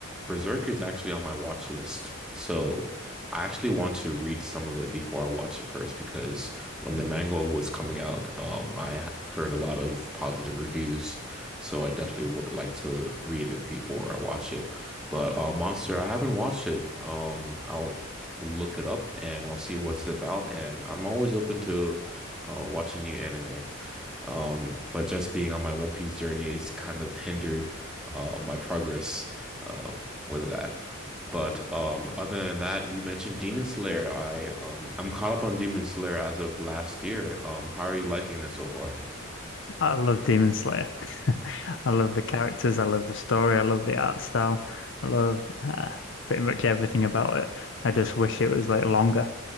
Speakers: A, in the centre; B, on the left.
A: Berserk is actually on my watch list, so I actually want to read some of it before I watch it first because when the manga was coming out, um, I h- heard a lot of positive reviews, so I definitely would like to read it before I watch it. But uh, Monster, I haven't watched it. Um, I'll look it up and I'll see what's about, and I'm always open to uh, watching new anime. Um, but just being on my One Piece journey is kind of hindered uh, my progress um, with that. But um, other than that, you mentioned Demon Slayer. I um, I'm caught up on Demon Slayer as of last year. Um, how are you liking it so far?
B: I love Demon Slayer. I love the characters. I love the story. I love the art style. I love uh, pretty much everything about it. I just wish it was like longer.